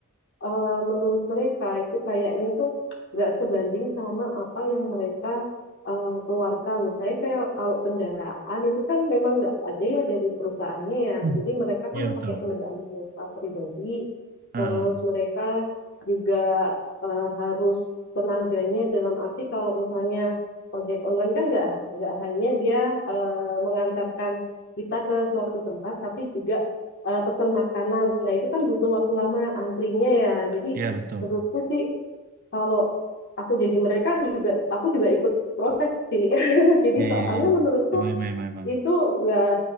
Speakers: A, on the left; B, on the right.
A: eh, menurut mereka itu kayaknya tuh nggak sebanding sama apa yang mereka eh, keluarkan. Saya kayak kalau kendaraan itu kan memang nggak ada ya dari perusahaannya ya.
B: Hmm.
A: Jadi mereka kan
B: iya betul.
A: pakai kendaraan mereka pribadi,
B: Ah,
A: terus
B: ah.
A: mereka juga eh, harus tenaganya dalam arti kalau misalnya ojek online kan nggak nggak hanya dia eh, mengantarkan kita ke suatu tempat, tapi juga eh, pesan makanan. Nah, itu kan butuh waktu lama antrinya ya. Jadi
B: iya betul.
A: menurutku sih kalau aku jadi mereka juga aku juga ikut protes sih. <laughs> Jadi
B: Iya
A: soalnya
B: iya iya.
A: menurutku
B: Emang emang emang. emang.
A: itu nggak